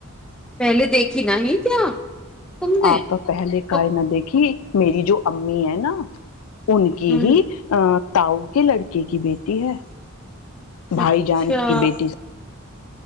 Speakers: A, in the centre; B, on the left (about 85°).
A: پہلے دیکھیھی نہ ہی کیا تم نے
B: آپ تو پہلے
A: اب-
B: کائی نہ دیکھی میری جو امی ہے نا ان کی
A: ہوں،
B: ہی ا <unintelligible> تاؤ کے لڑکے کی بیٹی ہے بھائی
A: اچھا
B: جان کی بیٹی